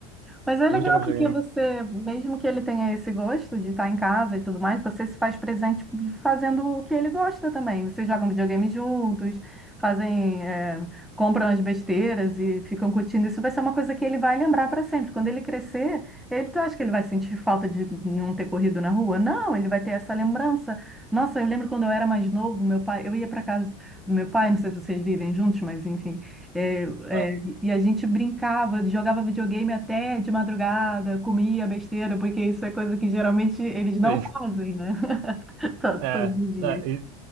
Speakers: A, in the centre; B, on the right.
A: Mas é legal
B: vamos jogar videogame.
A: porque você, mesmo que ele tenha esse gosto de estar em casa e tudo mais, você se faz presente fazendo o que ele gosta também. Vocês jogam videogame juntos, fazem, é, compram as besteiras e ficam curtindo. Isso vai ser uma coisa que ele vai lembrar para sempre. Quando ele crescer, ele tu acha que ele vai sentir falta de não ter corrido na rua? Não, ele vai ter essa lembrança. Nossa, eu lembro quando eu era mais novo, meu pai, eu ia para casa do meu pai, não sei se vocês vivem juntos, mas enfim. É, é,
B: Ah,
A: e a gente brincava, jogava videogame até de madrugada, comia besteira, porque isso é coisa que geralmente eles não
B: sim,
A: fazem, né? <laughs> To-
B: é,
A: Todos os dias.
B: é, e-